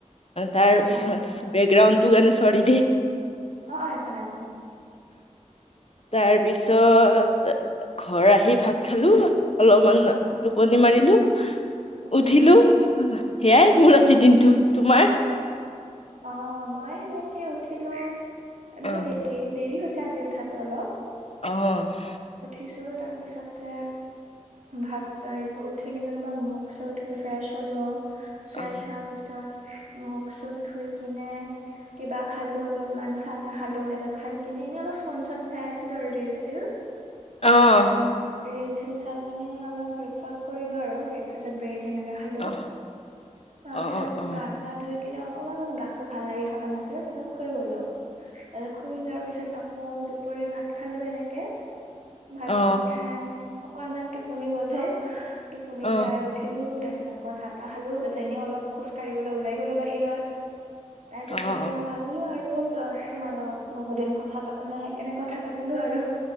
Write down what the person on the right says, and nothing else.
অ অ
অ', অ' একো নাই
অ অ
উম
উম
অ' মই সেনেকে উঠিলো মানে
দেৰি দেৰি হৈছে আজি উঠাতে অলপ
উঠিছো তাৰপিছতে ভাত চ উঠি কিনো মই মুখ চুখ ধুই ফ্ৰেছ হ'লো। ফ্ৰেছ
হ পিছত মুখ চুখ ধুই কিনে কিবা খালো অলপমানান চাহ তাহ খালো তাৰপিছত খাই কিনে এনেই অলপ ফোন চন চাই আছিলো আৰু ৰিল চিল।
তাৰ পিছত ৰিল চিল চাই কিনে অলপ ব্ৰেকফাষ্ট কৰিলো আৰু ব্ৰেকফাষ্টত ব্ৰেদ সেনেকে খালো
তাৰ
পিছত গা চা ধুই কিন্তু অকমান গাতটো ভাল লাগি থকা নাছিল তাপছত শুই গলো তাৰপিছত শুই যোৱাৰ পিছত আকৌ দুপৰীয়া ভাত খালো সেনেকে। ভাত
চাত খাই অকনমান টোপনি গল টোপনি
যাই উ উঠিলোঁ তাৰপিছ আকৌ চাহ তাহ খালো তাৰপিছত এনে অলপ খোজ কাঢ়িব ওলাই গলো বা বাহিৰত তাৰপিছত
এতিয়া ভাবিলো আৰু তোমাৰ লগত বহুত দিন কথা প পতা নাই সেইকাৰণে কথা পাতিলো আৰু।